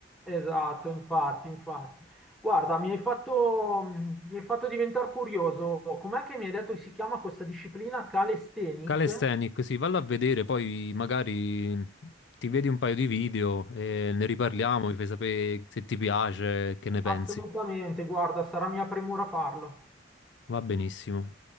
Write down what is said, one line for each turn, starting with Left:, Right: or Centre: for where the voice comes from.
Centre: Esatto, infatti, infatti. Guarda, mi hai fatto, mi hai fatto diventare curioso. Com'è che mi hai detto che si chiama questa disciplina calisthenic?
Left: Calisthenics, sì, vallo a vedere, poi magari ti vedi un paio di video e ne riparliamo, mi fai sapere se ti piace, che ne pensi.
Centre: Assolutamente, guarda, sarà mia premura farlo.
Left: Va benissimo.